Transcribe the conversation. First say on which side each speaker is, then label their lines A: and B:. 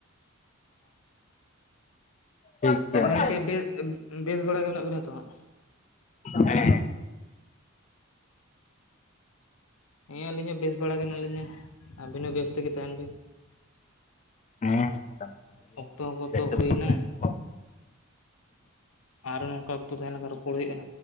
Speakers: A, on the left; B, on the left.
A: ᱴᱷᱤᱠ
B: ᱛᱟᱦᱚᱞᱮ
A: ᱜᱮᱭᱟ ᱢᱟ
B: ᱜᱚᱝᱠᱮ ᱵᱮᱥ ᱵᱮᱥ ᱵᱟᱲᱟ ᱜᱮ ᱢᱮᱱᱟᱜ ᱵᱮᱤᱱᱟ ᱛᱚ ᱦᱟᱸᱜ᱾
A: ᱦᱮᱸ ᱦᱮᱸ
B: ᱦᱮᱸ ᱟᱹᱞᱤᱧ ᱦᱚᱸ ᱵᱮᱥ ᱵᱟᱲᱟ ᱜᱮ ᱦᱮᱱᱟᱜ ᱞᱤᱧᱟ ᱟᱵᱮᱱ ᱦᱚᱸ ᱵᱮᱥ ᱛᱮᱜᱮ ᱛᱟᱦᱮᱱ ᱵᱤᱱ᱾
A: ᱦᱮᱸ ᱥᱟᱱᱟᱢ ᱜᱮ
B: ᱚᱠᱛᱚ ᱠᱚᱛᱚ
A: ᱵᱮᱥ ᱛᱮᱵᱚᱱ
B: ᱦᱩᱭ ᱱᱟ᱾
A: ᱛᱟᱦᱮᱱᱟ ᱵᱚᱱ
B: ᱟᱨᱚ ᱱᱚᱝᱠᱟ ᱚᱠᱛᱚ ᱛᱟᱦᱮᱸ ᱞᱮᱱᱠᱷᱟᱱ ᱨᱚᱯᱚᱲ ᱦᱩᱭᱩᱜ-ᱟ᱾